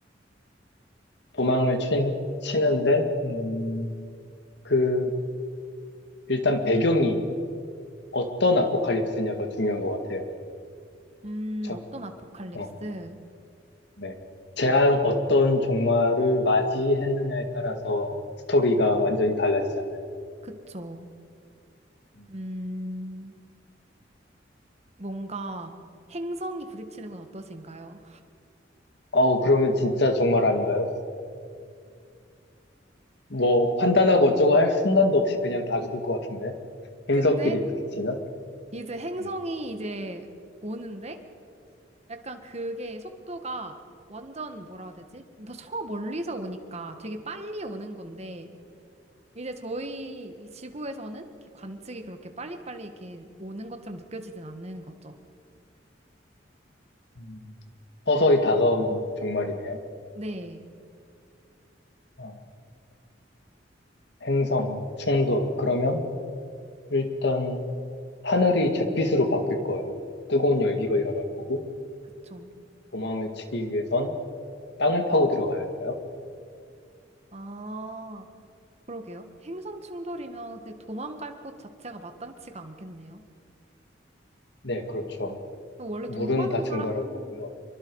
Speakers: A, on the left; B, on the right.
A: 도망을 치, 치는데 음, 그 일단 배경이 어떤 아포칼립스냐가 중요한 것 같아요.
B: 음,
A: 그렇죠?
B: 어떤 아포칼립스?
A: 어, 네. 재앙 어떤 종말을 맞이했느냐에 따라서 스토리가 완전히 달라지잖아요.
B: 그쵸.
A: 음.
B: 음, 뭔가 행성이 부딪히는 건 어떠신가요?
A: 어, 그러면 진짜 종말 아닌가요? 뭐 판단하고 어쩌고 할 순간도 없이 그냥 다 죽을 것 같은데.
B: 근데
A: 행성끼리 부딪히면.
B: 이제 행성이
A: 음.
B: 이제 오는데 약간 그게 속도가 완전 뭐라 해야 되지? 더 저 멀리서 오니까 되게 빨리 오는 건데 이제 저희 이 지구에서는 이렇게 관측이 그렇게 빨리빨리 이렇게 오는 것처럼 느껴지진 않는 거죠.
A: 음, 서서히 다가오는 정말이네요.
B: 네,
A: 아, 행성, 충돌. 그러면 일단 하늘이 잿빛으로 바뀔 거예요. 뜨거운 열기가 일어날 거고,
B: 그쵸.
A: 도망을 치기 위해선 땅을 파고 들어가야 할까요?
B: 아, 그러게요. 행성 충돌이면 근데 도망갈 곳 자체가 마땅치가 않겠네요.
A: 네, 그렇죠.
B: 원래
A: 물은
B: 돈 많은
A: 다 증발할
B: 사람,
A: 거고요.